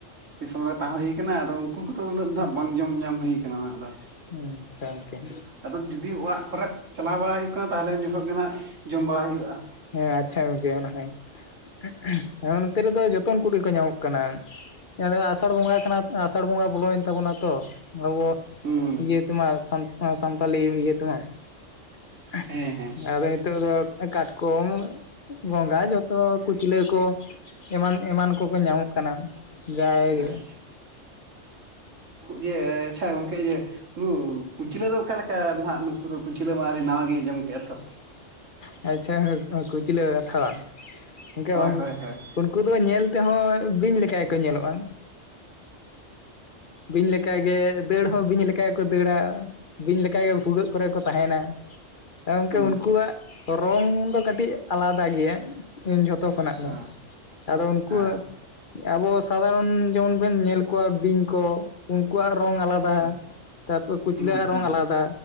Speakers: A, on the right (about 80°); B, on the left (about 45°).
A: ᱫᱤᱥᱚᱢ ᱨᱮ ᱛᱟᱦᱮᱸ ᱦᱩᱭ ᱠᱟᱱᱟ ᱟᱫᱚ ᱩᱱᱠᱩ ᱠᱚᱫᱚ ᱩᱱᱟᱹᱜ ᱫᱚ ᱵᱟᱝ ᱡᱚᱢ ᱧᱟᱢ ᱦᱩᱭ ᱠᱟᱱᱟ ᱟᱫᱚ,
B: ᱦᱩᱸ ᱟᱪᱪᱷᱟ ᱜᱚᱢᱠᱮ,
A: ᱟᱫᱚ ᱡᱩᱫᱤ ᱚᱲᱟᱜ ᱠᱚᱨᱮᱜ ᱪᱟᱞᱟᱣ ᱵᱟᱲᱟ ᱦᱩᱭᱩᱜ ᱠᱟᱱᱟ ᱛᱟᱦᱚᱞᱮ ᱩᱱ ᱡᱚᱠᱷᱚᱡ ᱜᱮ ᱱᱟᱜ ᱡᱚᱢ ᱵᱟᱲᱟ ᱦᱩᱭᱩᱜᱼᱟ᱾
B: ᱦᱮᱸ ᱟᱪᱪᱷᱟ ᱜᱚᱝᱠᱮ <unintelligible> ᱱᱚᱱᱚᱛᱮ ᱨᱮᱫᱚ ᱡᱚᱛᱚᱱ ᱠᱩᱲᱤ ᱠᱚ ᱧᱟᱢᱚᱜ ᱠᱟᱱᱟ᱾ ᱦᱮᱸ ᱟᱥᱟᱲ ᱵᱚᱸᱜᱟ ᱠᱟᱱᱟ, ᱟᱥᱟᱲ ᱵᱚᱸᱜᱟ ᱵᱚᱞᱚᱭᱮᱱ ᱛᱟᱵᱚᱱᱟ ᱛᱚ ᱟᱵᱚ
A: ᱦᱩᱸ
B: ᱤᱭᱟᱹ ᱛᱟᱢᱟ, ᱥᱟᱱᱛᱟᱞᱤ ᱤᱭᱟᱹ ᱛᱮᱢᱟ᱾ᱟᱫᱚ,
A: ᱦᱮᱸ ᱦᱮᱸ
B: ᱱᱤᱛᱚᱜ ᱫᱚ ᱠᱟᱴᱠᱚᱢ ᱜᱚᱸᱜᱟ ᱡᱚᱛᱚ ᱠᱩᱪᱞᱟᱹ ᱠᱚ᱾ ᱮᱢᱟᱱ ᱮᱢᱟᱱ ᱠᱚᱠᱚ ᱧᱟᱢᱚᱜ ᱠᱟᱱᱟ ᱡᱟᱭᱜᱮ,
A: ᱟᱪᱪᱷᱟ ᱤᱭᱟᱹ ᱟᱪᱪᱷᱟ ᱜᱚᱝᱠᱮ ᱤᱭᱟ. ᱱᱩ ᱠᱩᱪᱞᱟᱹ ᱫᱚ ᱚᱠᱟ ᱞᱮᱠᱟ ᱱᱟᱜ ᱱᱩᱠᱩ ᱫᱚ ᱠᱩᱪᱞᱟᱹ ᱢᱟ ᱱᱟᱣᱟ ᱜᱤᱧ ᱟᱸᱡᱚᱢ ᱠᱮᱜᱼᱟ ᱛᱚ᱾
B: ᱟᱪᱪᱷᱟ, ᱠᱩᱪᱞᱟᱹ ᱠᱟᱛᱷᱟ ᱵᱟᱝ? <unintelligible>
A: ᱦᱳᱭ ᱦᱳᱭ ᱦᱳᱭ
B: ᱩᱱᱠᱩ ᱫᱚ ᱧᱮᱞ ᱛᱮᱦᱚᱸ ᱵᱤᱧ ᱞᱮᱠᱟ ᱜᱮᱠᱚ ᱧᱮᱞᱚᱜᱼᱟ᱾ ᱵᱤᱧᱞᱮᱠᱟ ᱜᱮ, ᱫᱟᱹᱲ ᱦᱚᱸ ᱵᱤᱧ ᱞᱮᱠᱟ ᱜᱮᱠᱚ ᱫᱟᱹᱲ-ᱟ᱾ ᱵᱤᱧ ᱞᱮᱠᱟᱜᱮ ᱵᱷᱩᱜᱟᱹᱜ ᱠᱚᱨᱮ ᱠᱚ ᱛᱟᱦᱮᱱᱟ᱾ ᱜᱚᱝᱠᱮ
A: ᱦᱩᱸ
B: ᱩᱱᱠᱩᱣᱟᱜ
A: ᱦᱩᱸ
B: ᱨᱚᱝ ᱫᱚ ᱠᱟᱹᱴᱤᱡ ᱟᱞᱟᱫᱟ ᱜᱮᱭᱟ᱾ ᱤᱧ ᱡᱷᱚᱛᱚ ᱠᱷᱚᱱᱟᱜ
A: ᱦᱮᱸ
B: ᱜᱮ, ᱟᱫᱚ ᱩᱱᱠᱩ,
A: ᱦᱮᱸ
B: ᱟᱵᱚ ᱥᱟᱫᱷᱟᱨᱚᱱ ᱡᱮᱢᱚᱱ ᱵᱚᱱ ᱧᱮᱞ ᱠᱚᱣᱟ ᱵᱤᱧ ᱠᱚ ᱩᱱᱠᱩᱣᱟᱜ ᱨᱚᱝ ᱟᱞᱟᱫᱟ᱾
A: ᱦᱩᱸ
B: ᱛᱟᱯᱚᱨ ᱠᱩᱪᱞᱟᱹᱣᱟᱜ
A: ᱦᱩᱸ ᱦᱩᱸ
B: ᱨᱚᱝ ᱟᱞᱟᱫᱟ